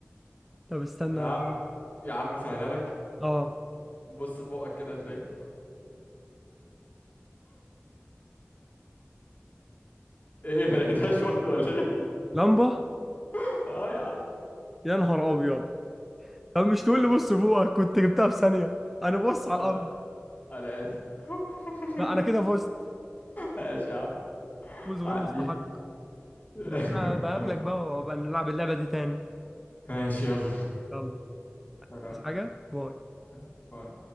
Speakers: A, in the centre; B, on the left (about 40°).
A: طب استنى
B: يا
A: أنا.
B: عم يا عم سهلها لك
A: اه
B: بص فوقك كده هتلاقيها <laughs> إيه ما لقيتهاش برضه ولا إيه؟
A: لمبة
B: <laughs> أه يا عم
A: يا نهار ابيض طب مش تقول
B: لا.
A: لي بص فوقك كنت جبتها في ثانية انا بص
B: آه،
A: على الارض
B: أنا آسف <laughs>
A: لا انا كده فزت
B: ماشي يا عم
A: فوز غير
B: عديها
A: مستحق
B: <laughs>
A: بس انا بقابلك بقى وبقى نلعب اللعبة دي تاني
B: ماشي يلا
A: يلا
B: سلام
A: عايز حاجة باي
B: آه، باي.